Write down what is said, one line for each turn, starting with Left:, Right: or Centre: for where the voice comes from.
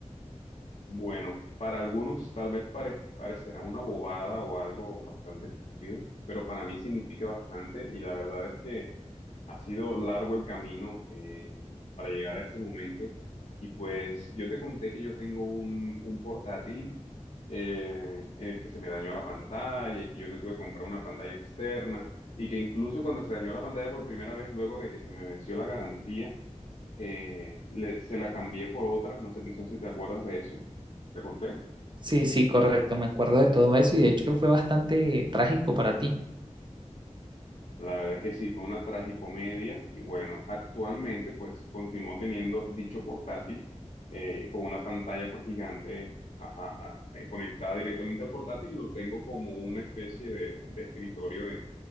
Left: Bueno, para algunos tal vez pare- parecerá una bobada o algo bastante estúpido, pero para mí significa bastante y la verdad es que ha sido largo el camino eh, para llegar a este momento. Y pues yo te conté que yo tengo un, un portátil eh, en el que se me dañó la pantalla y que yo le tuve que comprar una pantalla externa y que incluso cuando se dañó la pantalla por primera vez, luego de que se me venció la garantía, eh, le- se la cambié por otra, no sé, no sé si te acuerdas de eso, ¿te conté?
Right: Sí, sí, correcto, me acuerdo de todo eso y de hecho fue bastante trágico para ti.
Left: La verdad es que sí, fue una tragicomedia y bueno, actualmente pues continúo teniendo dicho portátil eh, con una pantalla pues gigante a- a- a- eh, conectada directamente al portátil, lo tengo como una especie de, de escritorio de,